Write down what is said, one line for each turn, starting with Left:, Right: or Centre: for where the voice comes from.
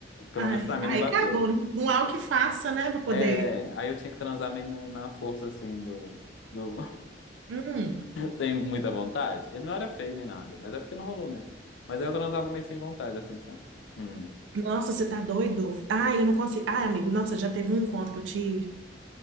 Left: pelo
Right: Ai,
Left: menos pra mim
Right: ai,
Left: não bateu.
Right: cagou. né? Não há o que faça, né, pra poder.
Left: É, aí eu tinha que transar meio na, na força, assim, do, do,
Right: Hum,
Left: sem muita vontade. Ele não era feio nem nada, mas é porque não rolou mesmo. Mas aí eu transava meio sem vontade, assim, sabe? Hum,
Right: nossa, você tá doido? Ai, eu não consigo. Ai, amigo, nossa, já teve um encontro que eu tive.